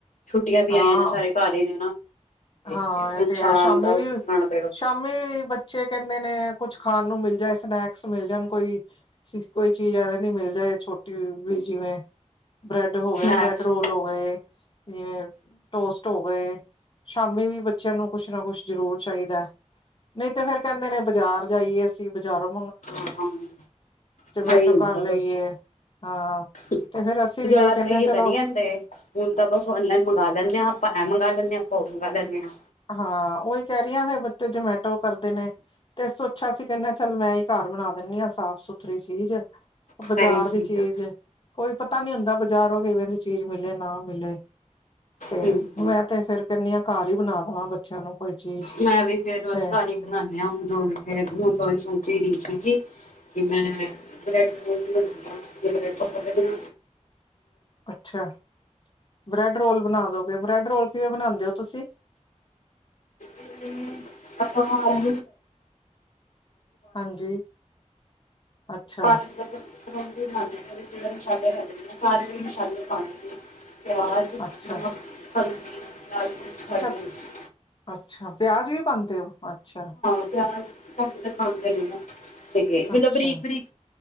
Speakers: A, on the left (about 85°); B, on the left (about 40°).
A: ਛੁੱਟੀਆਂ ਵੀ
B: ਹਾਂ
A: ਆਈਆਂ ਨੇ ਸਾਰੇ ਘਰ ਹੀ ਨੇ ਨਾ। ਤੇ
B: ਹਾਂ ਐਤੇ
A: ਹੁਣ ਸ਼ਾਮ
B: ਹੈ ਸ਼ਾਮੀ
A: ਦਾ
B: ਵੀ
A: ਬਣਾਉਣਾ ਪਏਗਾ
B: ਸ਼ਾਮੀ ਬੱਚੇ ਕੈੰਦੇ ਨੇ ਕੁਛ ਖਾਣ ਨੂੰ ਮਿਲ ਮਿਲ ਜਾਏ ਸਨੈਕਸ ਮਿਲ ਜਾਣ ਕੋਈ ਚੀਨ, ਕੋਈ ਚੀਜ਼ ਐਵੇਂ ਦੀ ਮਿਲ ਜਾਏ ਛੋਟੀ ਵੀ ਜਿਵੇਂ ਬ੍ਰੈਡ ਹੋ ਗਿਆ
A: ਸਨੈਕਸ
B: ਬ੍ਰੈਡ ਰੋਲ ਹੋ ਗਏ ਜਿਵੇਂ ਟੋਸਟ ਹੋ ਗਏ। ਸ਼ਾਮੀ ਵੀ ਬੱਚਿਆਂ ਨੂੰ ਕੁਛ ਕੁਛ ਨਾ ਕੁਛ ਜ਼ਰੂਰ ਚਾਹੀਦੈ ਨਹੀਂ ਤੇ ਫੇਰ ਕੈੰਦੇ ਨੇ ਬਜ਼ਾਰ ਜਾਈਏ ਅਸੀਂ ਬਜ਼ਾਰੋਂ
A: ਹਾਂ,
B: ਜਮੈਟੋ
A: ਐਹੀ ਹੁੰਦਾ
B: ਕਰ ਲਈਏ
A: ਬਸ
B: ਹਾਂ
A: ਬਜ਼ਾਰ
B: ਤੇ ਫੇਰ ਅਸੀਂ ਵੀ ਆਹੀ ਕਹਿੰਦੇ
A: ਭਹੀਏ
B: ਹਾਂ ਚਲੋ
A: ਤਾਂ ਨੀ ਆਂਦੇ ਹੁਣ ਤਾਂ ਬਸ ਔਨਲਾਈਨ ਮੰਗਵਾ ਲੈਂਦੇ ਹਾਂ ਅਪਾਂ। ਐ, ਮੰਗਾ ਲੈਣੀ ਆਂ ਫੋਗ ਮੰਗਾ ਲੈਨੀ ਆਂ।
B: ਹਾਂ, ਓਹੀ ਕੈ ਰੀਆਂ ਫੇਰ ਬੱਚੇ ਜਮੈਟੋ ਕਰਦੇ ਨੇ ਤੇ ਐਸ ਤੋਂ ਸੋਛਾ ਅਸੀ ਕੈੰਣੇ ਆ ਚੱਲ ਮੈਂ ਹੀ ਘਰ ਬਣਾ ਦਿੰਦੀ ਆਂ ਸਾਫ ਸੁਥਰੀ ਚੀਜ਼। ਬਜ਼ਾਰ
A: ਸਹੀ
B: ਦੀ ਚੀਜ਼
A: ਆ
B: ਕੋਈ ਪਤਾ ਨੀ ਹੁੰਦਾ ਬ ਬਜਾਰੋ ਕਿਵੇਂ ਦੀ ਚੀਜ਼ ਮਿਲੇ ਨਾ ਮਿਲੇ ਤੇ
A: ਹਮ
B: ਮੈਂ ਤੇ ਫੇਿਰ ਕਹਨੀ ਹ ਘਰ ਹੀ ਬਣਾ ਮਾਂ, ਬੱਚਿਆਂ ਨੂੰ ਕੋਈ ਚੀਜ਼
A: ਮੈਂ ਵੀ ਫੇਰ,
B: ਤੇ
A: ਉਸ ਘਰ ਹੀ ਬਣਾਨਦੀ ਹਾਂ ਹੁਣ ਜੋ ਵੀ ਫੇਰ ਹੁਣ ਬ ਵੀ ਸੋਚਯਾ ਨੀ ਸੀ ਮੈਂ ਬੈ੍ਡ ਪਕੋੜੇ ਬਣਾਣੀ
B: ਅੱਛਾ ਬ੍ਰੈਡ ਰੋਲ ਬਣਾ ਦੋਗੇ, ਬ੍ਰੈਡ ਰੋਲ ਕਿਵੇਂ ਬਣਾਉਦੇ ਹੋ ਤੁਸੀ?
A: ਜਿਵੇਂ ਆਪਾਂ ਵਾਰ <unintelligible>
B: ਹਾਂਜੀ ਅੱਛਾ
A: <unintelligible> ਦੇ ਜਿਹੜੇ ਮਸਾਲੇ ਖੜੇ, ਨੇ ਸਾਰੇ ਮਸਾਲੇ ਪਾਣੇ ਨੇ ਆਵਾਜ਼ ਹਾਂਜੀ
B: ਅੱਛਾ
A: ਲਾਲ ਮਿਰਚ,
B: ਅੱਛਾ
A: ਪਾਈ ਹੋਈ ਸੀ
B: ਅੱਛਾ ਪਿਆਜ ਵੀ ਪਾਂਉਦੇ ਹੋ, ਅੱਛਾ
A: ਪਿਆਜ਼ ਸਾਡੇ ਤਾਂ ਖਾਂਦੇ ਹੀ ਨਹੀ ਨਾ, ਹੈਗੇ ਮਤਲਬ,
B: ਅੱਛਾ
A: ਬਰੀਕ -ਬਰੀਕ